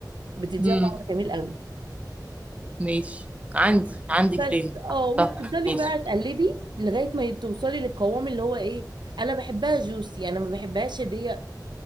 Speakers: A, on the right; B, on the right.
A: بتديها
B: امم
A: طعم جميل قوي
B: ماشي عندي عندي
A: بس
B: كريم
A: اه وبتفضلي
B: طب ماشي
A: بقى تقلبي لغايه ما توصلي للقوام اللي هو ايه انا بحبها جوسي انا ما بحبهاش اللي هي